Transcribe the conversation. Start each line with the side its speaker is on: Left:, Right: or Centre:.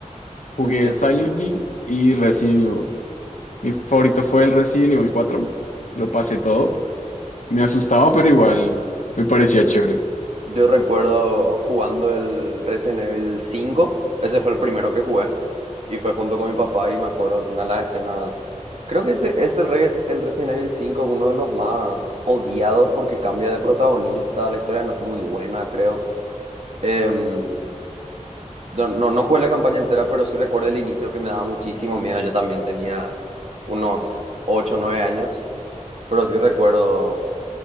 Left: Jugué
Right: Entiendo,
Left: Silent
Right: entiendo.
Left: Hill y Resident Evil. Mi favorito fue el Resident Evil cuatro Lo pasé todo. Me asustaba, pero igual me parecía chévere.
Right: Yo recuerdo jugando el Resident Evil 5, ese fue el primero que jugué, y fue junto con mi papá y me acuerdo una de las escenas, creo que ese es el, re- el Resident Evil 5, es uno de los más odiados porque cambia de protagonista, la historia no es muy buena, creo. Em, yo no, no jugué la campaña entera, pero sí recuerdo el inicio que me daba muchísimo miedo, yo también tenía unos 8 o 9 años, pero sí recuerdo